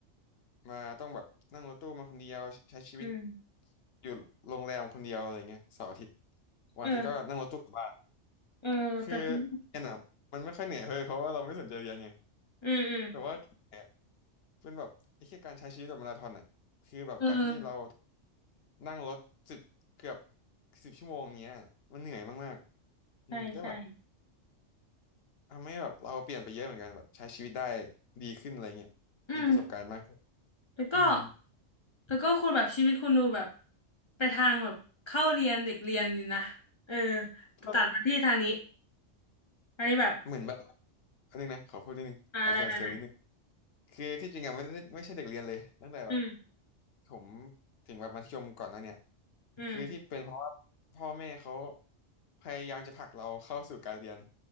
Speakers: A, on the left; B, on the left.
A: มาต้องแบบนั่งรถตู้มาคนเดียวใช้ชีวิต
B: อืม
A: อยู่โรงแรมคนเดียวอะไรเงี้ยเสาร์อาทิตย์วันอาทิตย์ก็นั่งรถตู้กลับบ้าน
B: เออเออแต่คุณ
A: คือเรียนอะมันไม่ค่อยเหนื่อยเลยเพราะว่าเราไม่สนใจเรียนไง
B: อืมอืม
A: แต่ว่าเนี่ยเป็นแบบไอ้แค่การใช้ชีวิตแบบมาราธอนอ่ะคือแบบการที่เรา
B: เออ
A: นั่งรถสิบเกือบสิบชั่วโมงเงี้ยมันเหนื่อยมากๆอืมก็แบบ
B: ใช่ใช่
A: ทำให้แบบเราเปลี่ยนไปเยอะเหมือนกันแบบใช้ชีวิตได้ดีขึ้นอะไรเงี้ยมีประสบการณ์มากขึ้น
B: อืมแล้วก็
A: อืม
B: แล้วก็คุณแบบชีวิตคุณดูแบบไปทางแบบเข้าเรียนเด็กเรียนอยู่นะเออแต่ตัดมาที่ทางนี้
A: ก็
B: อันนี้แบบ
A: เหมือนแบบอันนึงนะขอพูดนิดนึงขอเซลล์เซลล์นิดนึง
B: อะไรไหน
A: คือที่จริงอะไม่ได้ไม่ใช่เด็กเรียนเลยตั้งแต่แบบ
B: ๆอืม
A: ผมถึงแบบมัธยมก่อนหน้าเนี่ย
B: อืม
A: คือที่เป็นเพราะว่าพ่อแม่เขาพยายามจะผลักเราเข้าสู่การเรียน